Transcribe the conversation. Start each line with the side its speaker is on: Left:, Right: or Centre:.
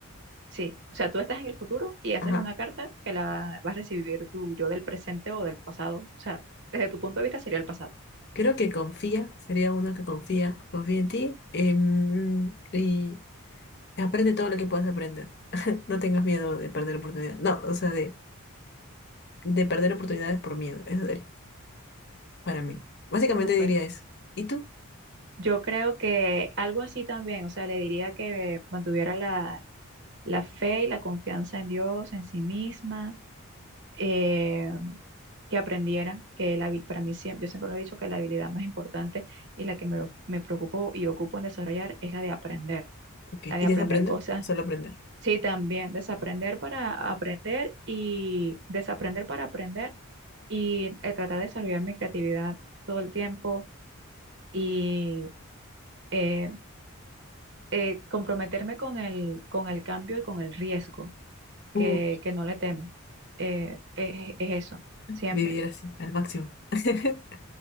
Right: Sí, o sea, tú estás en el futuro y haces
Left: Ajá.
Right: una carta que la vas a recibir tú, yo del presente o del pasado. O sea, desde tu punto de vista sería el pasado.
Left: Creo que confía, sería uno que confía, confía en ti em, y aprende todo lo que puedas aprender. <laughs> No tengas miedo de perder oportunidades. No, o sea, de, de perder oportunidades por miedo. Eso es para mí. Básicamente
Right: Súper.
Left: diría eso. ¿Y tú?
Right: Yo creo que algo así también, o sea, le diría que mantuviera la, la fe y la confianza en Dios, en sí misma, eh, que aprendiera que la, habil- para mí siempre, yo siempre lo he dicho que la habilidad más importante y la que me, me preocupo y ocupo en desarrollar es la de aprender,
Left: Ok.
Right: la
Left: ¿Y
Right: de
Left: desaprender?
Right: aprender cosas.
Left: o Solo aprender.
Right: Sí, también desaprender para aprender y desaprender para aprender y eh, tratar de desarrollar mi creatividad todo el tiempo y eh, eh, comprometerme con el, con el cambio y con el riesgo que,
Left: Uy,
Right: que no le tema. Eh, es, es eso, siempre.
Left: vivir así, al máximo. <laughs>